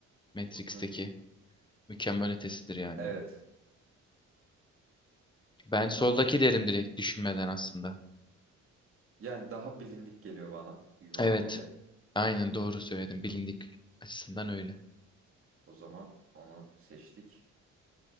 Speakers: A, on the left (about 15°); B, on the right (about 45°).
A: Matrix'teki
B: Hı hı.
A: mükemmel ötesidir yani.
B: Evet.
A: Ben
B: O
A: soldaki
B: zaman
A: derim direkt düşünmeden aslında.
B: yani daha bilindik geliyor bana Hugo
A: Evet.
B: abi de.
A: Aynen doğru söyledim. Bilindik açısından öyle.
B: O zaman onu seçtik.